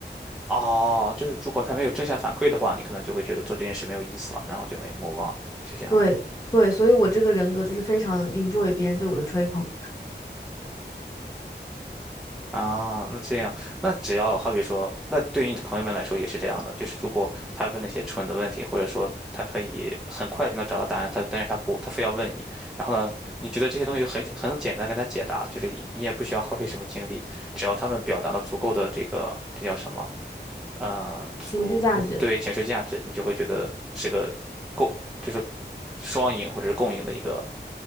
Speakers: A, in the centre; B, on the left.
A: 哦，就是如果他没有正向反馈的话，你可能就会觉得做这件事没有意思了，然后就会 m o 是这样吗？
B: 对对，所以我这个人格就是非常 enjoy 别人对我的吹捧。
A: 啊，那这样，那只要好比说，那对于你的朋友们来说也是这样的，就是如果他问那些蠢的问题，或者说他可以很快就能找到答案，他但是他不，他非要问你，然后呢，你觉得这些东西很很简单，跟他解答，就是你也不需要耗费什么精力，只要他们表达了足够的这个这叫什么，嗯、足够对情绪价值，
B: 情绪价值，
A: 你就会觉得是个共，就是双赢或者是共赢的一个